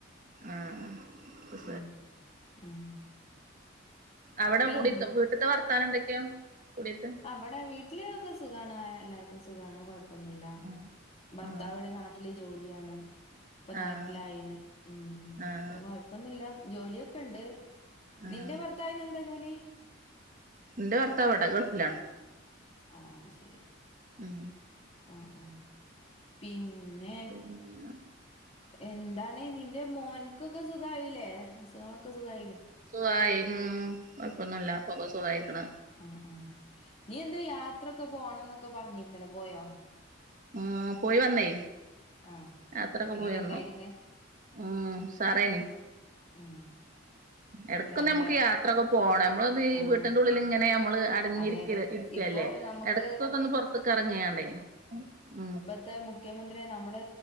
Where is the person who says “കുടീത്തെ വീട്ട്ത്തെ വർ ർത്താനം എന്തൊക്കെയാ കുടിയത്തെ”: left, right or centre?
Right